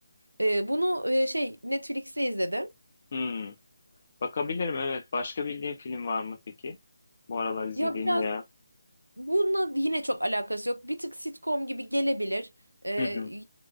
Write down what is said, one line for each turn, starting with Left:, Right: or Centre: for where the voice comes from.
Right: Ee, bunu e, şey Netflix'te izledim.
Left: Hmm. Bakabilirim evet. Başka bildiğin film var mı peki? Bu aralar izlediğin
Right: Ya biraz
Left: veya...
Right: Bununla yine çok alakası yok. Bir tık sitcom gibi gelebilir. Ee,
Left: Hı hı.
Right: yine